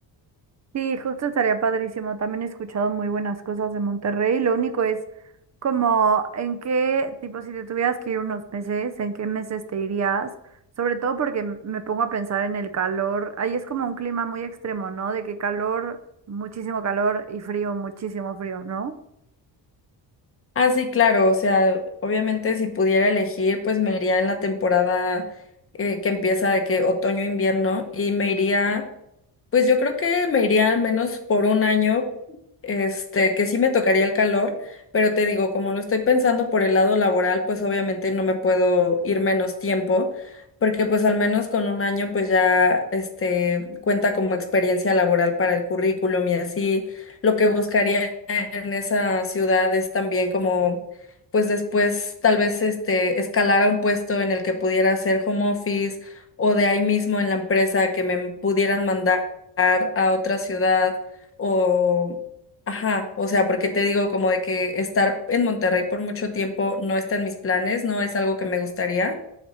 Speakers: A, on the right; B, on the left.
A: Sí, justo estaría padrísimo. También he escuchado muy buenas cosas de Monterrey. Lo único es Como, ¿en qué, tipo, si te tuvieras que ir unos meses, ¿en qué meses te irías? Sobre todo porque m- me pongo a pensar en el calor. Ahí es como un clima muy extremo, ¿no? De que calor, muchísimo calor y frío, muchísimo frío, ¿no?
B: Ah, sí, claro, o sea, obviamente si pudiera elegir, pues me iría en la temporada eh, que empieza de que otoño-invierno y me iría Pues yo creo que me iría al menos por un año, este, que sí me tocaría el calor, pero te digo, como lo estoy pensando por el lado laboral, pues obviamente no me puedo ir menos tiempo, porque pues al menos con un año pues ya, este, cuenta como experiencia laboral para el currículum y así. Lo que buscaría en esa ciudad es también como, pues después tal vez, este, escalar a un puesto en el que pudiera hacer home office o de ahí mismo en la empresa que me pudieran mandar a otra ciudad o, ajá, o sea, porque te digo como de que estar en Monterrey por mucho tiempo no está en mis planes, no es algo que me gustaría,